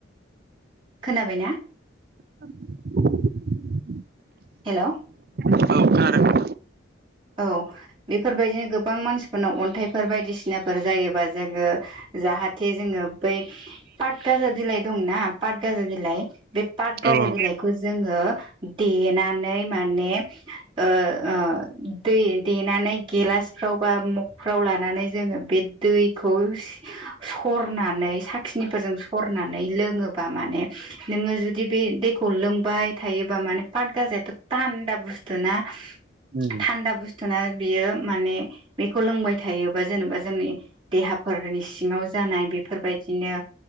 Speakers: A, on the right; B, on the right.
A: खोनाबायना?
B: <inaudible>
A: हेलौ
B: औ खोनादों
A: औ बेफोरबायदिनो गोबां मानसिफोरनाव अन्थाइफोर बायदिसिनाफोर जायोबा जोङो जाहाथे जोङो बै पाटगाजा बिलाइ दंना पाटगाजा बिलाइ बे पाटगाज
B: औ
A: गाजा
B: औ
A: बिलाइखौ जोङो देनानै माने ओ ओ दै देनानै गेलासफ्राव बा मगफ्राव लानानै जोङो बे दैखौ सि सरनानै साखिनिफोरजों सरनानै लोङोबा माने नोङो जुदि बे दैखौ लोंबाय थायोबा माने पाट गाजायाथ' थान्दा बुस्थु ना
B: उम
A: थान्दा बुस्थुना बियो माने बेखौ लोंबाय थायोबा जेनेबा जोंनि देहाफोरनि सिङाव जानाय बेफोरबाय दिनो